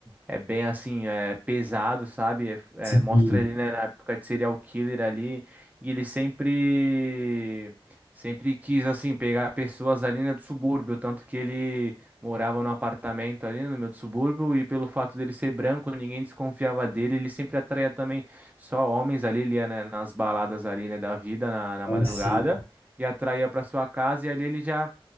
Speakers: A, on the right (about 15°); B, on the left (about 70°).
A: É bem assim, é pesado, sabe? É-
B: sim,
A: é, mostra ele, né, na época de serial killer ali. E ele sempre, sempre quis, assim, pegar pessoas ali, né, do subúrbio. Tanto que ele morava num apartamento ali no meio do subúrbio. E pelo fato dele ser branco, ninguém desconfiava dele. Ele sempre atraía também só homens ali, ele ia, né, nas baladas ali, né, da vida, na, na
B: é,
A: madrugada.
B: sim.
A: E atraía para sua casa. E ali ele já